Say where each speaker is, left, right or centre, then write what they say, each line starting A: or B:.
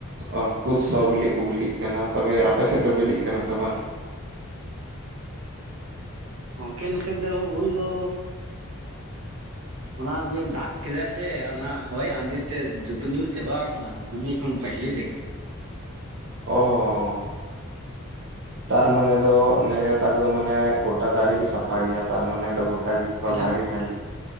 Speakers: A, on the right; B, on the right.
A: ᱚ ᱠᱩᱫ ᱥᱚ ᱵᱤᱞᱤ ᱠᱚ ᱵᱤᱞᱤᱜ ᱠᱟᱱᱟ᱾ ᱛᱚᱵᱮ ᱟᱯᱮ ᱥᱮᱜ ᱫᱚ ᱵᱤᱞᱤᱜ ᱠᱟᱱᱟ ᱥᱮ ᱵᱟᱝ?
B: ᱜᱚᱝᱠᱮ ᱱᱚᱛᱮ ᱫᱚ ᱩᱞ ᱫᱚ
A: <inaudible>
B: ᱚᱱᱟ ᱡᱮ ᱫᱟᱜ ᱠᱮᱫᱟᱭ ᱥᱮ ᱚᱱᱟ ᱦᱚᱭ ᱟᱸᱫᱮ ᱛᱮ ᱡᱚᱛᱚ ᱧᱩᱨ ᱪᱟᱵᱟ ᱟᱠᱟᱱᱟ, ᱵᱤᱞᱤ ᱠᱷᱚᱱ ᱯᱟᱦᱞᱮ ᱨᱮᱜᱮ᱾
A: ᱚ ᱛᱟᱨ ᱢᱟᱱᱮ ᱫᱚ ᱱᱮ ᱛᱟᱠ ᱫᱚ ᱢᱟᱱᱮ ᱜᱚᱴᱟ ᱫᱟᱨᱮ ᱥᱟᱯᱷᱟ ᱜᱮᱭᱟ ᱛᱟᱨᱢᱟᱱᱮ ᱫᱚ ᱛᱟᱜᱮ ᱯᱟᱞᱦ
B: ᱮᱠᱫᱚᱢ
A: ᱜᱮ ᱠᱷᱟᱹᱞᱤ